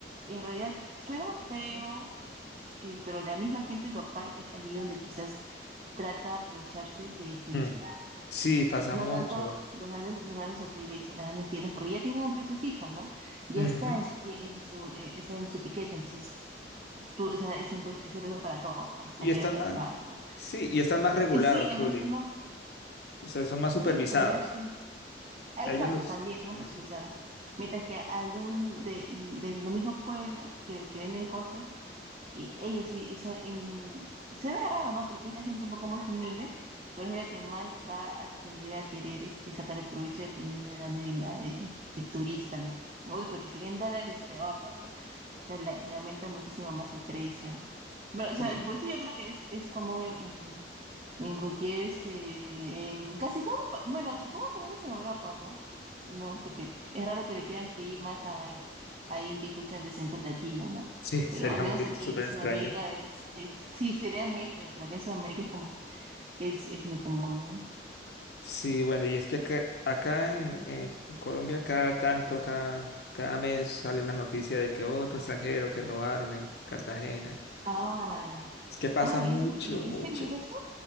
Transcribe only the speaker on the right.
en realidad suena feo, eh, pero la misma gente local es allí donde quizás trata de aprovecharse de turista
No
tanto los grandes, los grandes hoteles o las grandes tiendas, porque ya tienen un precio fijo, ¿no? Ya
está en su, tie- en su, eh, está en su etiqueta, entonces tú, o sea, es un pre- ese precio para todos, para extranjeros,
para
peruanos, ¿no?
Eh, Sí, en
realidad está más
Sí,
la realidad sí. Ah,
Exacto,
también somos
presupuestadas. Mientras que algún de, del mismo pueblo que, que venden cosas, y ellos sí, y son, in- suena raro, ¿no? Porque es la gente un poco más humilde, pero es la que más va a tender a querer este, sacarle provecho dependiendo de dónde venga el, el turista, ¿no? Uy, porque si bien dólares es peor, ¿no? O sea, le, le aumenta muchísimo más el precio. Pero, o sea,
y por eso yo creo que es, es común en, en cualquier, este, en casi todos los, pa- bueno, supongo que menos en Europa, ¿no? No, porque es raro que le quieran pedir más a, alguien a alguien que escuchan de acento latino, ¿no?
Pero al menos
aquí
en Sudamérica
es, es, sí, sería muy extraño, pero aquí en Sudamérica es como, es, es muy común, ¿no?
Ah,
ah,
es, ¿y
es peligroso?